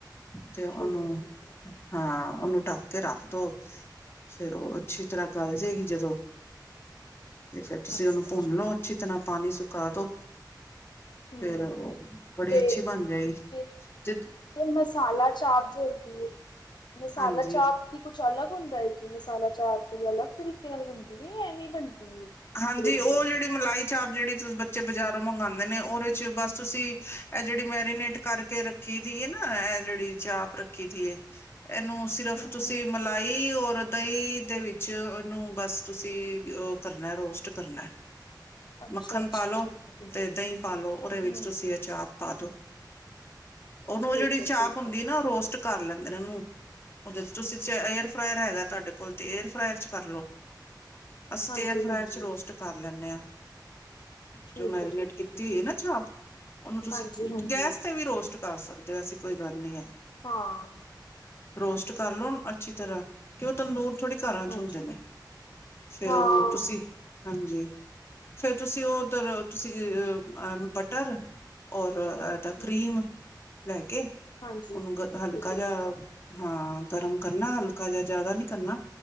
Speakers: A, on the left (about 30°); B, on the left (about 75°).
A: ਤੇ ਉਹਨੂੰ
B: ਠੀਕ ਹੈ ਠੀਕ ਹੈ
A: ਹਾਂ ਉਹਨੂੰ ਢੱਕ ਕੇ ਰੱਖ ਦੋ ਫਿਰ ਉਹ ਅੱਛੀ ਤਰ੍ਹਾਂ ਗੱਲ ਜਾਏਗੀ ਜਦੋਂ ਤੇ ਫਿਰ ਤੁਸੀਂ
B: ਅੱਛਾ-ਅੱਛਾ,
A: ਉਹਨੂੰ ਭੁੰਨ ਲਓ ਅੱਛੀ ਤਰ੍ਹਾਂ ਪਾਣੀ ਸੁਕਾ ਦੋ
B: ਹੂੰ
A: ਫਿਰ ਉਹ ਬੜੀ
B: ਤੇ,
A: ਅੱਛੀ ਬਣ ਜਾਏ
B: ਤੇ
A: ਜ
B: ਤੇ ਮਸਾਲਾ ਚਾਪ ਜੋ ਹੁੰਦੀ ਹੈ ਮਸਾਲਾ
A: ਹਾਂਜੀ
B: ਚਾਪ ਕੁਛ ਅਲੱਗ ਹੁੰਦਾ ਹੈ ਕਿ ਮਸਾਲਾ ਚਾਰ ਕੋਈ ਅਲੱਗ ਤਰੀਕਾ ਬਣਦੀ ਹੈ ਐਵੇਂ ਬਣਦੀ ਹੈ
A: ਹਾਂਜੀ
B: ਗਰੇਵੀ
A: ਉਹ
B: ਵ
A: ਜਿਹੜੀ ਮਲਾਈ ਚਾਪ ਜਿਹੜੀ ਤੁਂ ਬੱਚੇ ਬਜ਼ਾਰੋਂ ਮੰਗਵਾਉਂਦੇ ਨੇ ਉਹਦੇ ਚ ਬਸ ਤੁਸੀਂ ਇਹ ਜਿਹੜੀ ਮੈਰੀਨੇਟ ਕਰਕੇ ਰੱਖੀ ਰੱਖੀ ਦੀ ਨਾ ਇਹ ਜਿਹੜੀ ਚਾਂਪ ਰੱਖੀ ਦੀ ਇਹਨੂੰ ਸਿਰਫ਼
B: ਹੂੰ-ਹੂੰ,
A: ਤੁਸੀਂ ਮਲਾਈ ਔਰ ਦਹੀਂ ਦੇ ਵਿੱਚ ਇਹਨੂੰ ਬਸ ਤੁਸੀਂ ਕਰਨਾ ਰੋਸਟ ਕਰਨਾ
B: ਅੱਛਾ-ਅੱਛਾ
A: ਮੱਖਣ ਪਾਲੋ
B: ਠੀਕ ਹੈ ਠੀਕ
A: ਤੇ
B: ਹੈ,
A: ਦਹੀਂ ਪਾਲੋ ਉਹਦੇ ਵਿੱਚ
B: ਹੂੰ
A: ਤੁਸੀਂ ਅਚਾਰ ਪਾ ਦੋ ਉਹਨੂੰ
B: ਠੀਕ
A: ਉਹ ਜਿਹੜੀ
B: ਹੈ
A: ਚਾਪ
B: ਠੀਕ
A: ਹੁੰਦੀ
B: ਹੈ।
A: ਨਾ ਰੋਸਟ ਕਰ ਲੈਂਦੇ ਨੇ ਉਹਨੂੰ ਉਹਦੇ ਤੁਸੀਂ ਏਅਰ ਫਰਾਇਰ ਹੈਗਾ ਤੁਹਾਡੇ ਕੋਲ ਤੇ ਏਅਰ ਫਰਾਇਰ ਚ ਕਰਲੋ ਅਸੀਂ
B: ਹਾਂਜੀ-ਹਾਂਜੀ।
A: ਏਅਰ ਫਰਾਈ ਚ ਰੋਸਟ ਕਰ ਲੈਂਦੇ ਹਾਂ
B: ਠੀਕ
A: ਜੋ ਮੈਰੀਨੇਟ
B: ਹੈ ਠੀਕ
A: ਕੀਤੀ
B: ਠੀਕ
A: ਹੋਈ ਹੈ ਨਾ ਚਾਪ ਉਹਨੂੰ ਤੁਸੀਂ
B: ਹਾਂਜੀ-ਹਾਂਜੀ
A: ਗੈਸ ਤੇ ਵੀ ਰੋਸਟ ਕਰ ਸਕਦੇ ਹੋ ਐਸੀ ਕੋਈ ਗੱਲ ਨਹੀਂ ਹੈ
B: ਹਾਂ
A: ਰੋਸਟ ਕਰ ਲਣ ਅੱਛੀ ਤਰ੍ਹਾਂ ਕਿ ਉਹ ਤੰਦੂਰ ਥੋੜੇ ਘਰਾਂ ਚ
B: ਹਾਂਜੀ,
A: ਹੁੰਦੇ ਨੇ ਫਿਰ
B: ਹਾਂ,
A: ਉਹਨੂੰ ਤੁਸੀਂ ਹਾਂਜੀ ਫਿਰ ਤੁਸੀਂ ਉਹ ਉੱਧਰ ਤੁਸੀਂ ਬਟਰ ਔਰ
B: ਹੂੰ
A: ਕਰੀਮ ਲੈ ਕੇ
B: ਹਾਂਜੀ,
A: ਉਹਨੂੰ ਹਲਕਾ
B: ਠੀਕ ਹੈ
A: ਜਿਹਾ
B: ਠੀਕ ਹੈ,
A: ਹਾਂ ਗਰਮ ਕਰਨਾ ਹਲਕਾ ਜਾਂ ਜ਼ਿਆਦਾ ਨੀ ਕਰਨਾ